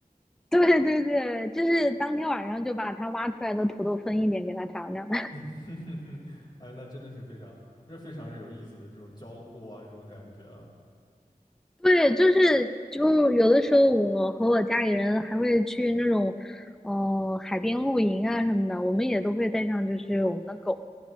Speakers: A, in the centre; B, on the left (about 30°).
A: 对对对，就是当天晚上就把他挖出来的土豆分一点给他尝尝。
B: <laughs> 嗯，哼哼哼哎，那真的是非常，这非常是有意思的这种交互啊，这种感觉啊。
A: 对，就是就有的时候，我和我家里人还会去那种，呃，海边露营啊什么的，我们也都会带上就是我们的狗，